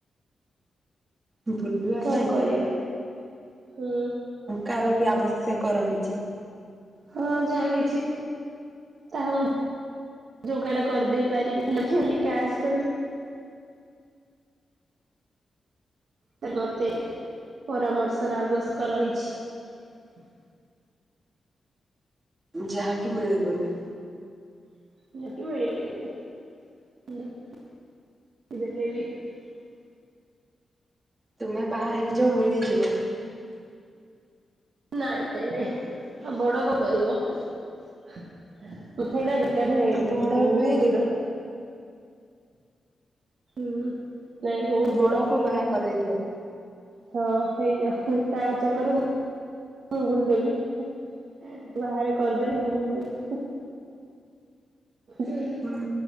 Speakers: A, on the right; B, on the right.
A: ବୁଲିବା
B: କଣ
A: ପାଇଁ
B: କରିବା ହୁଁ।
A: କାର ବି ଆବଶ୍ୟକ ରହିଛି।
B: ହଁ ଜାଣିଛି ତାହା ମୁଁ ଯୋଗାଡ କରିଦେଇ ପାରିବି, କାସ୍ କରି ତ ମତେ ପରାମର୍ଶର ଆବଶ୍ୟକ ରହିଛି। ଛି।
A: ଯାହାକି ମିଳିବନି। <inaudible>
B: <unintelligible> <inaudible>
A: ତୁମେ ବାହା ହେଇଯାଅ ମିଳିଯିବ।
B: ନାଇଁ ନାଇଁ ନାଇଁ ବଡ କ କରିବ ସେଇଟା। କେ ନ
A: ବଡ
B: ମତେ ବହୁ
A: ବି
B: ଦୂର। ହୁଁ ନାଇଁ ବହୁତ ଦୂର
A: ବଡକୁ
B: ପରେ
A: ବାହା କରେଇ ଦିଅ
B: ହଁ ହେଇଯାଉ ତା ଚକରେ ମୁଁ ବୁଲ ଦେବି ବାହାରେ କରିଦେଲେ ମୁଁ ବୁଲ ଦେବି ଯାଇକି
A: ହୁଁ